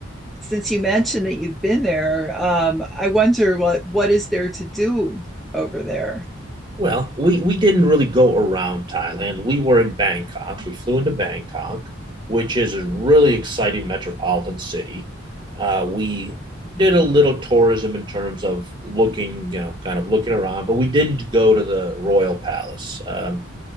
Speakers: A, in the centre; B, on the right (about 25°).
A: since you mentioned that you've been there, um, I wonder what what is there to do over there.
B: Well, we we didn't really go around Thailand. We were in Bangkok. We flew into Bangkok, which is a really exciting metropolitan city. Uh, we did a little tourism in terms of looking, you know, kind of looking around, but we didn't go to the Royal Palace. Um,